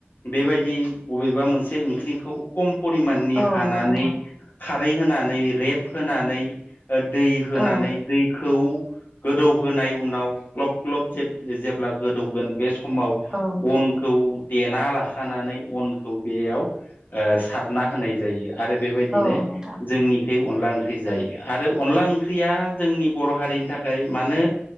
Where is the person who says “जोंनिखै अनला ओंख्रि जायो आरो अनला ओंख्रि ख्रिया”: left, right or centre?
Left